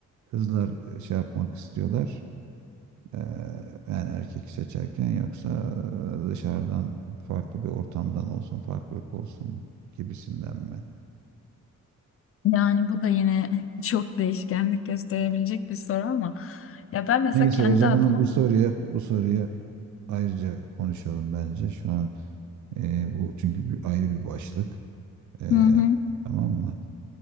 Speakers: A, on the right; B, on the left.
A: kızlar e, şey yapmak istiyorlar? Ee, yani erkek seçerken yoksa e, dışarıdan farklı bir ortamdan olsun, farklılık olsun gibisinden mi?
B: Yani bu da yine <laughs> çok değişkenlik gösterebilecek bir soru ama ya ben mesela
A: Neyse
B: kendi
A: o zaman
B: adıma
A: bu soruya bu soruya ayrıca konuşalım bence. Şu an e, bu çünkü bir, ayrı bir başlık. E,
B: hı hı,
A: tamam mı?